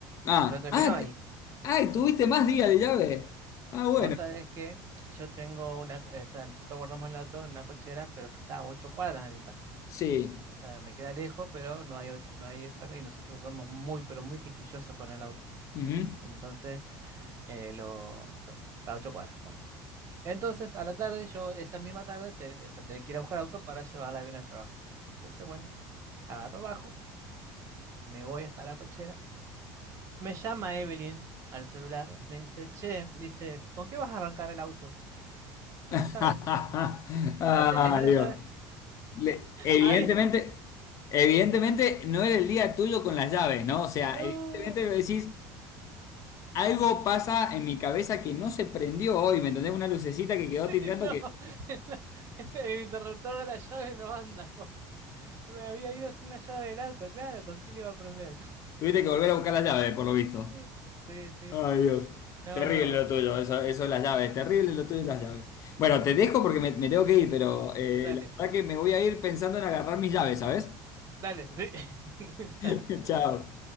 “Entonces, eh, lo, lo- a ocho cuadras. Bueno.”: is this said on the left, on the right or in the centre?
Right